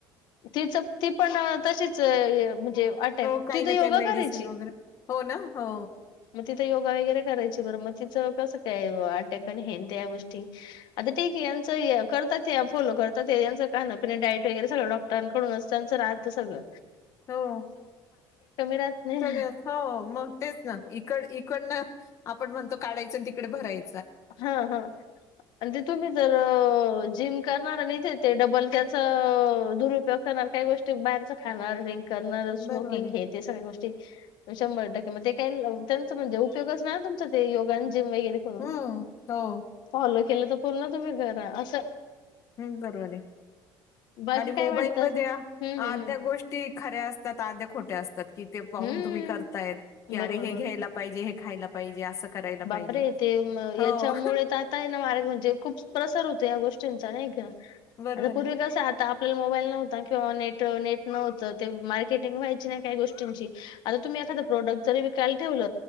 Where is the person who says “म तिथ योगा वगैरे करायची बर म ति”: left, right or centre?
Left